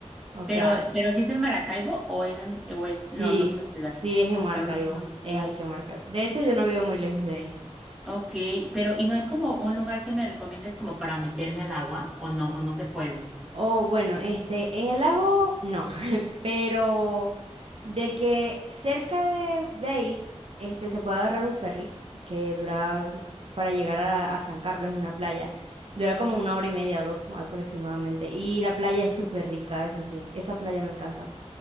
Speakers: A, on the right; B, in the centre.
A: O sea,
B: Pero, pero si es en Maracaibo o es en, o es
A: sí,
B: no, en otra ciudad.
A: sí es en Maracaibo,
B: Ah, ok.
A: es aquí en Maracaibo. De hecho, yo no vivo muy lejos de ahí.
B: Ok, pero ¿y no hay como un lugar que me recomiendes como para meterme al agua o no, o no se puede?
A: O bueno, este, en el lago no, <laughs> pero de que cerca de, de ahí este, se puede agarrar un ferry que dura para llegar a, a San Carlos, es una playa. Dura como una hora y media, dos aproximadamente. Y la playa es súper rica, eso sí. Esa playa me encanta.